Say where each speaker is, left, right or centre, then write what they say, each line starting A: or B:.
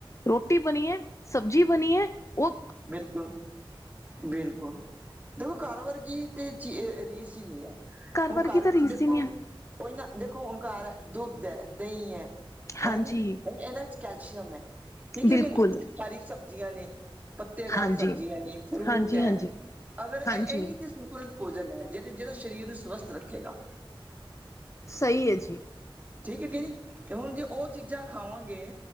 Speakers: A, on the left; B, on the right.
A: ਰੋਟੀ ਬਨੀ ਏ ਸਬਜੀ ਬਨੀ ਏ ਓ
B: ਬਿਲਕੁਲ ਬਿਲਕੁਲ, ਦੇਖੋ ਘਾਰ ਵਰਗੀ ਤੇ ਚੀ ਰੀਸ ਈ ਨੀ ਐ। ਹੁਣ
A: ਵਰਗੀ
B: ਘਰ
A: ਤਾਂ
B: ਵਿੱਚ
A: ਰੀਸ
B: ਦੇਖੋ
A: ਹੀ ਨਹੀਂ ਹੈ।
B: ਉਈ ਨਾ ਦੇਖੋ ਹੁਣ ਘਰ ਦੁੱਧ ਹੈ, ਦਹੀਂ ਹੈ। ਹੈ
A: ਹਾਂਜੀ,
B: ਨੀ ਇਹਨਾਂ ਵਿੱਚ ਕੈਲਸ਼ੀਅਮ ਹੈ ਠੀਕ
A: ਬਿਲਕੁਲ
B: ਹੈ ਕਿ ਨੀ ਸਾਰੀ ਸਬਜ਼ੀਆਂ ਨੇ। ਪੱਤੇਦਾਰ
A: ਹਾਂਜੀ,
B: ਸਬਜ਼ੀਆਂ ਨੇ, ਫਰੂਟ
A: ਹਾਂਜੀ,
B: ਏ
A: ਹਾਂਜੀ।
B: ਅਗਰ
A: ਹਾਂਜੀ,
B: ਇਹੀ ਕਿਸਮ ਕੋਲ ਭੋਜਨ ਹੈ ਜਿਹੜੇ-ਜਿਹੜਾ ਸਰੀਰ ਨੂੰ ਸਵਸਥ ਰੱਖੇਗਾ।
A: ਸਹੀ ਹੈ ਜੀ।
B: ਠੀਕ ਹੈ ਕਿ ਨਹੀ, ਹੁਣ ਜੇ ਉਹ ਚੀਜ਼ਾਂ ਖਾਵਾਂਗੇ।